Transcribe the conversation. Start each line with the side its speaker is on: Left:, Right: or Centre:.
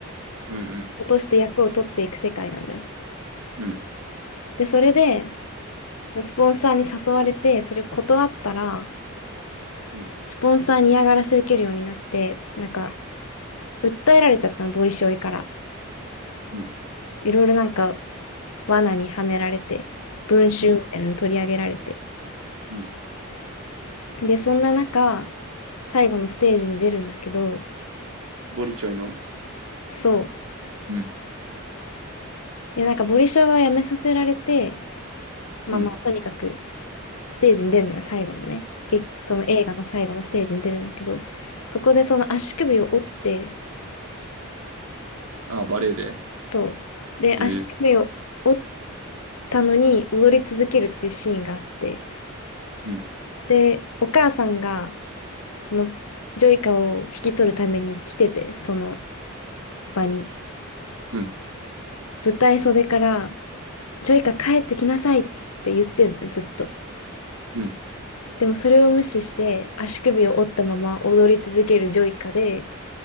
Right: うん、うん、
Left: 落として役を取っていく世界なのよ。
Right: うん、
Left: で、それで、スポンサーに誘われて、それを断ったら、
Right: うん、
Left: スポンサーに嫌がらせ受けるようになって、なんか、訴えられちゃったの、ボリショイから。
Right: うん。
Left: いろいろなんか罠にはめられて、文集みたいなの取り上げられて。
Right: うん、うん。
Left: で、そんな中、最後のステージに出るんだけど、
Right: ボリチョイの
Left: そ
Right: うん、
Left: う。で、なんかボリショイはやめさせられて、まあまあ、
Right: うん。
Left: とにかくステージに出るのよ、最後のね。けその映画の最後のステージに出るんだけど、そこでその足首を折って、
Right: ああ、バレエで。
Left: そう。で、
Right: えー、
Left: 足首を折ったのに踊り続けるっていうシーンがあって、
Right: うん、
Left: で、お母さんがそのジョイカを引き取るために来てて、その場に。
Right: うん、
Left: 舞台袖から、ジョイカ帰ってきなさいって言ってんの、ずっと。
Right: うん。
Left: でもそれを無視して、足首を折ったまま踊り続けるジョイカで、